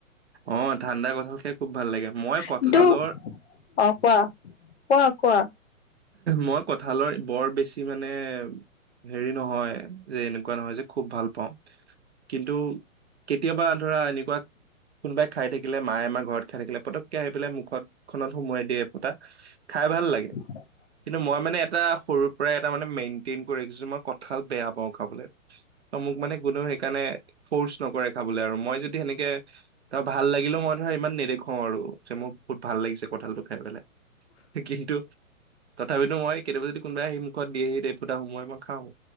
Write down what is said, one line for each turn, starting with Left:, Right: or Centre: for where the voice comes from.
Right: অ', ঠাণ্ডা কঁঠাল খাই খুব ভাল লাগে। মই কঠালৰ
Left: কিন্তু অ', কোৱা, কোৱা কোৱা?
Right: মই কঠালৰ বৰ বেছি মানে হেৰি নহয় যে এনেকুৱা নহয় যে খুব ভাল পাওঁ। কিন্তু কেতিয়াবা ধৰা এনেকুৱা কোনোবাই খাই থাকিলে মায়ে আমাৰ ঘৰত খাই থাকিলে পটককে আহি পেলাই মুখতখনত সোমোৱাই দিয়ে পোতা খাই ভাল লাগে।
Left: <inaudible>
Right: কিন্তু মই মানে এটা সৰুৰ পৰাই এটা মানে মেইনটেইন কৰি ৰাখিছো, মই কঁঠাল বেয়া পাওঁ খাবলৈ। ত, মোক মানে কোনেও সেইকাৰণে ফৰ্চ নকৰে খাবলৈ আৰু। মই যদি সেনেকে ধৰা ভাল লাগিলেও মই ধৰা ইমান নেদেখুৱও আৰু যে মোৰ বহুত ভাল লাগিছে কঁঠালটো খাই। হয়নে? কিন্তু তথাপিতো মই কেতিয়াবা যদি কোনোবাই আহি মুখত দি আহি দে ফুতা সমোৱাই মাক খাওঁ,